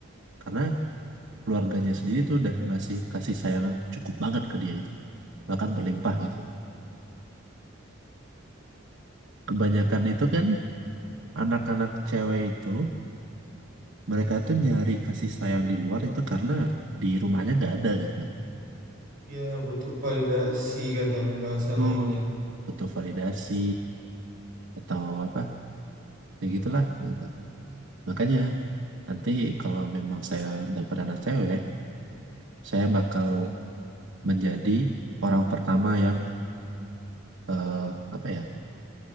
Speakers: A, on the right (about 65°); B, on the right (about 45°).
A: karena keluarganya sendiri tuh udah ngasih kasih sayang yang cukup banget ke dia gitu bahkan berlimpah gitu kebanyakan itu kan anak-anak cewek itu mereka tuh nyari kasih sayang di luar itu karena di rumahnya nggak ada gitu loh.
B: ya butuh validasi kadang bahasa
A: Betul.
B: lainnya.
A: butuh validasi atau apa ya gitulah ya gitu. Makanya nanti kalau memang saya dapat anak cewek, saya bakal menjadi orang pertama yang eh, apa ya,